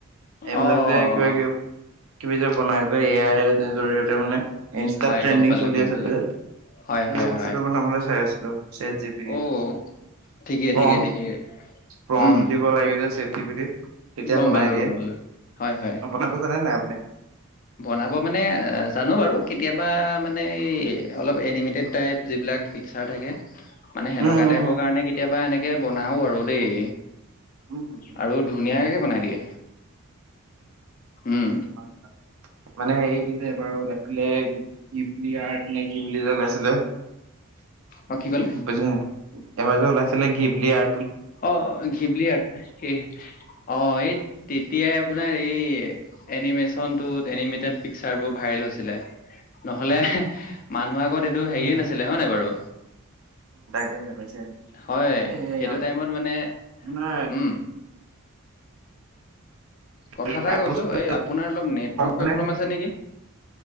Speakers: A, on the right; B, on the left.
A: এইবিলাক
B: অ',
A: যে
B: অ',
A: কিবা
B: অ',
A: কিবি, কিবি যে বনাই। এ আইৰ জৰিয়তে মানে ইনষ্টাত
B: হয়,
A: ট্ৰেণ্ডিং
B: গম পালোঁ,
A: চলি
B: গম
A: আছে
B: পালোঁ।
A: যে।
B: হয়,
A: সেই
B: হয়,
A: বস্তুটো
B: হয়।
A: বনাবলে চাই আছো। ছেট- জিপিতিত
B: অ', ঠিকে,
A: প্ৰম্পট,
B: ঠিকে, ঠিকে।
A: প্ৰম্পট
B: উম,
A: দিব লাগে যে চেট জিপিতিত তেতিয়া
B: গম
A: বনাই
B: পালোঁ,
A: দিয়ে
B: গম পালোঁ। হয়, হয়।
A: আপোনাকো জানে নাই আপুনি
B: বনাব মানে অ জানো বাৰু কেতিয়াবা মানে এই অলপ এনিমিটেড টাইপ যিবিলাক পিকচাৰ থাকে মানে সেনেকুৱা
A: উম উম
B: টাইপৰ কাৰণে কেতিয়াবা এনেকে বনাও আৰু দেই
A: উম উম
B: আৰু ধুনীয়াকে বনাই দিয়ে উম,
A: হয় মানে এই যোৰ লাগে ইপি আঠ নে কিপল জল আছিল
B: অ', কি ক'লে?
A: পছে এবাৰ যে ওলাইছিলে ঘপলি আ
B: অ ঘিবলিহাত সেই অ এই তেতিয়াই আপোনাৰ এই এনিমেচন টো এনিমেটেড পিকচাৰ বোৰ ভাইৰেল হৈছিলে নহলে মানুহ আগত এইটো হেৰিয়ে
A: উম
B: নাছিলে হয় নাই বাৰু
A: তাকেহে তাকে
B: হয়
A: এই
B: সেইটো টাইমত মানে
A: আপোনাৰ
B: উম কথা
A: ইয়াৰ
B: এাই কৈছো
A: বস্তু
B: এই আপোনাৰ অলপ নেটৱৰ্ক
A: মানে
B: প্ৰব্লেম আছে নেকি